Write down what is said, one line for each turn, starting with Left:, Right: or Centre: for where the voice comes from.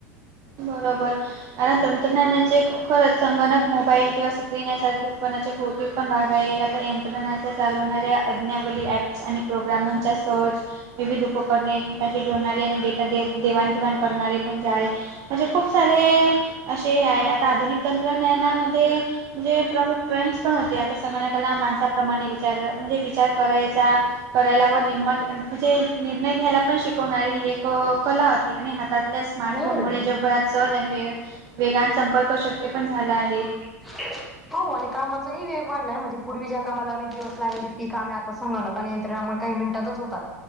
Right: बरोबर कारणं तंत्रज्ञानांचे खरं संगणक मोबाईल किंवा स्क्रीन यांसारखे उत्पनांचे बहुतेक पणं भांग आहे आंता यंत्रणा चालवणांऱ्या अज्ञावली ऍप्स आणि प्रोग्रामांचा सर्च विविध उपकरणे एकमेकांशी जोडणांरे आणि डेटां देवांणघेवांण करणांरे पणं जां आहे म्हणजे खूंप सारे असे आहे आंता आधुनिक तंत्रज्ञानांमध्यें म्हणजे प्रमुख ट्रेंड्स पणं होते आंता संगणकांला माणसांप्रमाणे विचारं म्हणजे विचारं करांयचा करांयला व निर्माण म्हणजे निर्णय घ्यांयला पणं शिकवणांरी एक कलां आणि हातांतल्यां स्मार्टफोन
Centre: हम्म
Right: मुळे जे रात सहज आणि वेग वेगानं संपर्क शक्यं पणं झालां आहे
Centre: ह <inaudible> <unintelligible> हो आणि कामांचाही वेगं वाढलांय म्हणजे पूर्वी ज्यां कामांला अनेक दिवसं लागंयची ती कामं आंता संगणका आणि यंत्रणा कांहीं मिनिटांतच होतांत.